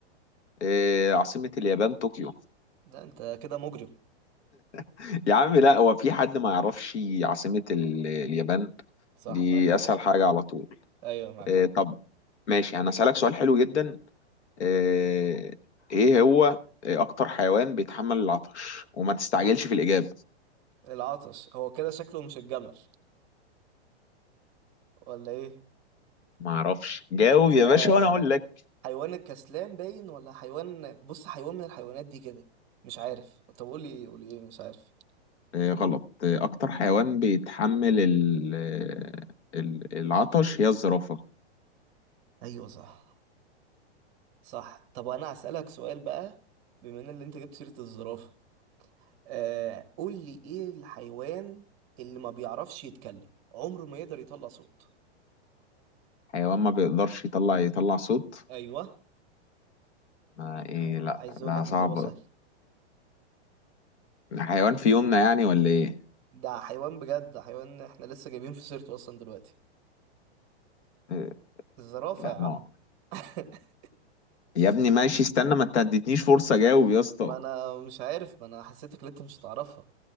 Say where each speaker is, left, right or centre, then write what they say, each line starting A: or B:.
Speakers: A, on the left; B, on the right.
A: إيه عاصمة اليابان طوكيو
B: لا انت كده مجرب
A: <laughs> يا عم لا هو في حد ما يعرفش عاصمة ال- اليابان
B: صح
A: دي
B: معاك حق
A: أسهل حاجة على طول
B: ايوه معاك
A: إيه
B: حق
A: طب ماشي أنا أسألك سؤال حلو جدا إيه إيه هو أكتر حيوان بيتحمل العطش وما تستعجلش في الإجابة
B: العطش هو كده شكله مش الجمل ولا ايه
A: ما أعرفش جاوب يا
B: آه
A: باشا وأنا أقول لك
B: حيوان الكسلان باين ولا حيوان بص حيوان من الحيوانات دي كده مش عارف طب قول لي قول لي ايه مش عارف
A: آه، غلط آه، أكتر حيوان بيتحمل ال- آه، ال- العطش هي الزرافة
B: ايوه صح صح طب انا هسالك سؤال بقى بما ان اللي انت جبت سيره الزرافه آه قول لي ايه الحيوان اللي ما بيعرفش يتكلم عمره ما يقدر يطلع صوت
A: حيوان ما بيقدرش يطلع يطلع صوت
B: ايوه
A: ما إيه لأ
B: عايز اقول
A: ده
B: لك
A: صعب
B: الاجابه سهله
A: حيوان في يومنا يعني ولا إيه
B: ده حيوان بجد ده حيوان احنا لسه جايبين في سيرته اصلا دلوقتي
A: آه،
B: الزرافه
A: لأ
B: يا عم
A: ما
B: <laughs>
A: يا ابني ماشي استنى ما أنت اديتنيش فرصة أجاوب يا اسطى
B: ما انا مش عارف ما انا حسيتك اللي انت مش هتعرفها